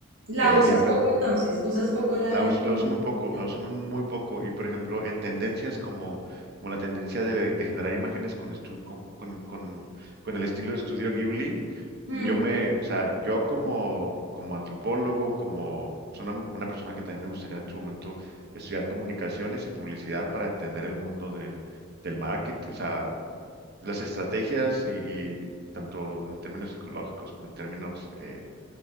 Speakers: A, on the right; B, on the right.
A: La
B: Eh,
A: usas
B: y, a,
A: poco entonces, usas poco la
B: la uso,
A: inteligencia
B: la uso muy
A: artificial.
B: poco, la uso muy, muy poco. Y por ejemplo, en tendencias como, como la tendencia de, de generar imágenes con, estu- con, con, con- con el estilo de estudio Ghibli,
A: Ujú,
B: yo me, o sea, yo como, como antropólogo, como soy una, una persona que también me gustaría en su momento estudiar comunicaciones y publicidad para entender el mundo de, del marketing, o sea, las estrategias y, y tanto en términos psicológicos como en términos, eh,